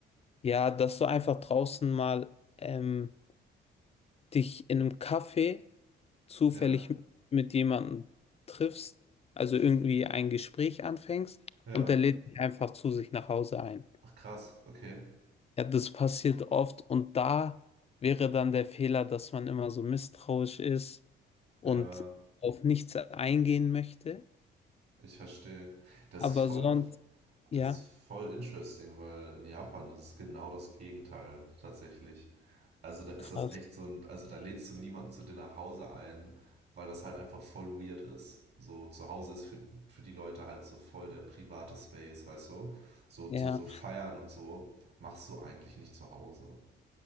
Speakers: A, on the left; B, on the right.
A: ja, dass du einfach draußen mal ähm, dich in einem Café zufällig
B: Ja.
A: mit jemandem triffst, also irgendwie ein Gespräch anfängst
B: Ja.
A: und der lädt dich einfach zu sich nach Hause ein.
B: Ach krass, okay.
A: Ja, das passiert oft und da wäre dann der Fehler, dass man immer so misstrauisch ist und
B: Ja,
A: auf nichts eingehen möchte.
B: ich verstehe. Das
A: Aber
B: ist voll,
A: sonst,
B: das
A: ja,
B: ist voll interesting, weil in Japan ist es genau das Gegenteil tatsächlich. Also da ist
A: krass.
B: das echt so ein, also da lädst du niemanden zu dir nach Hause ein, weil das halt einfach voll weird ist. So zu Hause ist für, für die Leute halt so voll der private Space, weißt du? So,
A: Ja,
B: so, so feiern und so machst du eigentlich nicht zu Hause.